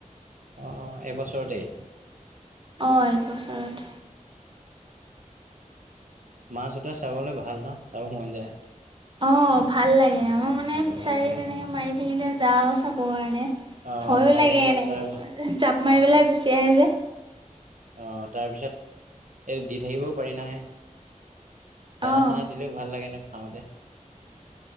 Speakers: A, on the right; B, on the right.
A: অ' এবছৰতেই
B: অঁ এক বছৰত
A: মাছ উতৱা চাবলে ভাল ন? চাবলে মন যায়।
B: অঁ, ভাল লাগে
A: মাছ
B: আমাৰ
A: উঠাওঁতে
B: মানে ফিচাৰী
A: ভাল লাগে নাই
B: এনেকে
A: বাৰু
B: মাৰি থাকিলে যাওঁ চাবৰ কাৰণে।
A: অ'
B: ভয়ো
A: মাৰি
B: লাগে
A: থাকিলে
B: এনেকে
A: তাৰপিছত
B: জাপ
A: অ'
B: মাৰি পেলাই গুচি আহে যে
A: অ' তাৰপিছত এইটো দি থাকিবও পাৰি নাহে দানা
B: অঁ
A: চানা দিলেও ভাল লাগে নহ। খাওঁ দে